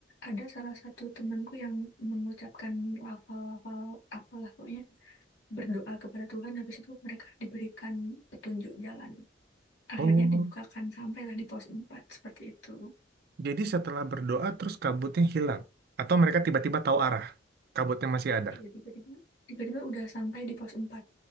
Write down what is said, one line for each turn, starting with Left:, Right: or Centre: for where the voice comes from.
Left: ada salah satu temanku yang mengucapkan lafal-lafal apalah pokoknya berdoa kepada Tuhan. Habis itu mereka diberikan petunjuk jalan. Akhirnya
Right: Oh,
Left: dibukakan sampailah di pos 4 seperti itu.
Right: jadi setelah berdoa terus kabutnya hilang. Atau mereka tiba-tiba tahu arah. Kabutnya masih ada.
Left: Iya, tiba-tiba tiba-tiba udah sampai di pos 4